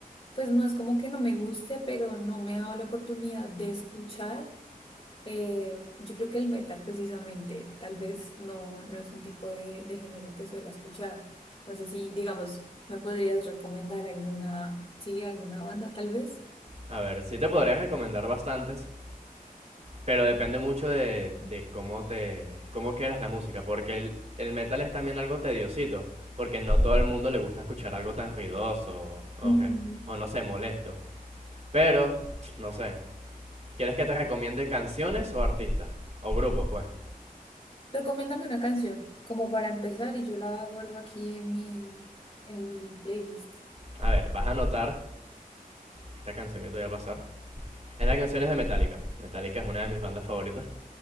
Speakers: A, on the left; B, on the right.
A: pues no es como que no me guste, pero no me he dado la oportunidad de escuchar. Eh, yo creo que el metal precisamente, tal vez no, no es un tipo de, de género que suela escuchar. No sé si, digamos, me podrías recomendar alguna, sí, alguna banda tal vez.
B: A ver, sí te podría recomendar bastantes, pero depende mucho de, de cómo te, cómo quieras la música, porque el, el metal es también algo tediosito, porque no todo el mundo le gusta escuchar algo tan ruidoso o,
A: Ujú.
B: re- o no sé, molesto. Pero, no sé, ¿quieres que te recomiende canciones o artistas? O grupos, pues.
A: Recomiéndame una canción, como para empezar, y yo la guardo aquí en mi, en mi playlist.
B: A ver, vas a anotar esta canción que te voy a pasar. Esta canción es de Metallica. Metallica es una de mis bandas favoritas.